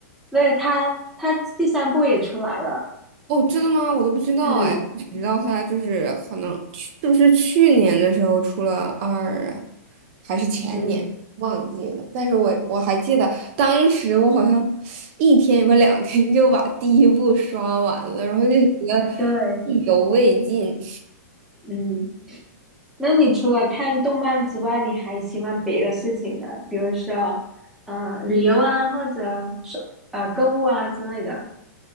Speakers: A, in the centre; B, on the right.
A: 对，他他第三部也出来了。
B: 哦，真的吗？我都不知道哎，
A: 嗯
B: 我只知道他就是可能是不是去年的时候出了二啊，还是前年忘记了。
A: 嗯，
B: 但是我我还记得当时我好像一天或两天就把第一部刷完了，然后就觉得
A: 对，
B: 意犹未尽。
A: 嗯。那你除了看动漫之外，你还喜欢别的事情吗？比如说，呃，旅游啊，或者说呃购物啊之类的。